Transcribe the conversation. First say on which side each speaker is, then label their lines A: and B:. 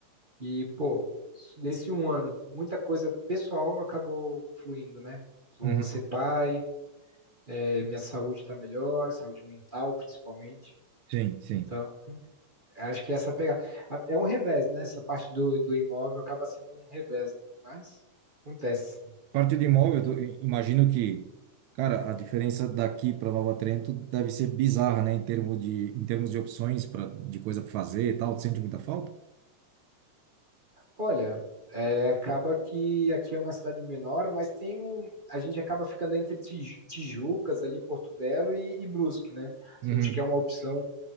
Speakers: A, on the right; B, on the right.
A: E, pô, nesse um ano, muita coisa pessoal acabou fluindo, né? Vou
B: uhum.
A: ser pai, é, minha saúde está melhor, saúde mental principalmente.
B: Sim, sim.
A: Então, acho que essa pegada. É um revés, né? Essa parte do, do imóvel acaba sendo um revés, né? Mas acontece.
B: Parte do
A: <laughs>
B: imóvel, tu- i- imagino que, cara, a diferença daqui para Nova Trento deve ser bizarra, né? Em termos de, em termos de opções pra, de coisa para fazer e tal, tu sente muita falta?
A: Olha, eh, acaba que aqui é uma cidade menor, mas tem um a gente acaba ficando entre Tiju Tijucas, ali, Porto Belo e e Brusque, né.
B: Uhum.
A: Se a gente quer uma opção